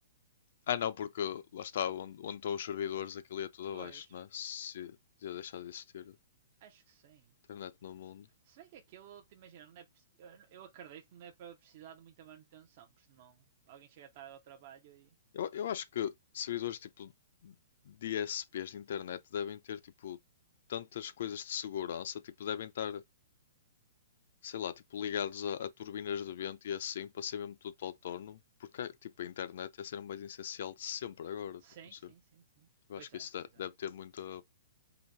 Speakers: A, on the left; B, on the right.
A: Ah, não, porque lá está, onde, onde estão os servidores, aquilo ia tudo abaixo,
B: Pois,
A: não é? Se ia deixar de existir
B: acho que sim.
A: internet no mundo.
B: Se bem que aquilo, te imagina, não é, eu, eu acredito que não é para precisar de muita manutenção, porque senão alguém chega tarde ao trabalho e.
A: Eu, eu acho que servidores tipo DSPs de internet devem ter tipo tantas coisas de segurança, tipo, devem estar sei lá, tipo, ligados a, a turbinas de vento e assim, para ser mesmo tudo autónomo, porque tipo, a internet é a cena mais essencial de sempre agora,
B: Sim,
A: tipo, não sei.
B: sim, sim, sim.
A: Eu
B: Pois
A: acho que
B: é,
A: isso de-
B: pois é.
A: deve ter muita,